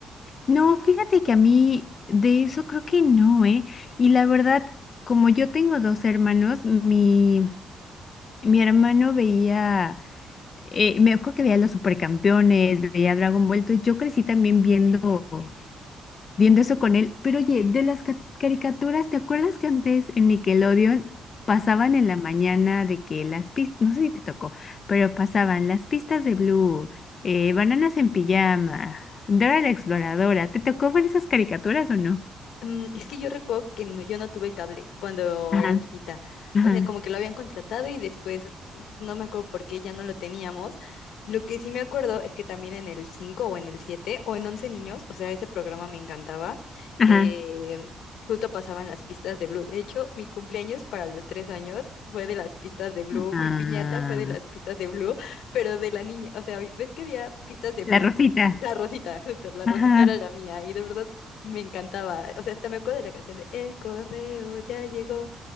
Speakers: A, on the left; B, on the left.
A: No, fíjate que a mí de eso creo que no, ¿eh? Y la verdad, como yo tengo dos hermanos, mi, mi hermano veía... eh, me acuerdo que veía Los Supercampeones, veía Dragon Ball, entonces yo crecí también viendo, viendo eso con él. Pero oye, de las ca- caricaturas, ¿te acuerdas que antes en Nickelodeon pasaban en la mañana de que las pistas, no sé si te tocó, pero pasaban las pistas de Blue, eh, Bananas en pijama, Dora la Exploradora? ¿Te tocó ver esas caricaturas o no?
B: Mm, es que yo recuerdo que no, yo no tuve cable cuando
A: Ajá,
B: era chiquita.
A: ajá,
B: O sea, como que lo habían contratado y después no me acuerdo por qué ya no lo teníamos. Lo que sí me acuerdo es que también en el 5 o en el 7 o en once niños, o sea, ese programa me encantaba.
A: ajá.
B: eh, justo pasaban las pistas de Blue. De hecho, mi cumpleaños para los tres años fue de las pistas de Blue.
A: Ah,
B: Mi piñata fue de las pistas de Blue, pero de la niña. O sea, ves que había pistas de
A: la
B: Blue.
A: Rosita.
B: La Rosita, justo, la Rosita
A: Ajá.
B: era la mía y de verdad me encantaba. O sea, hasta me acuerdo de la canción de El correo ya llegó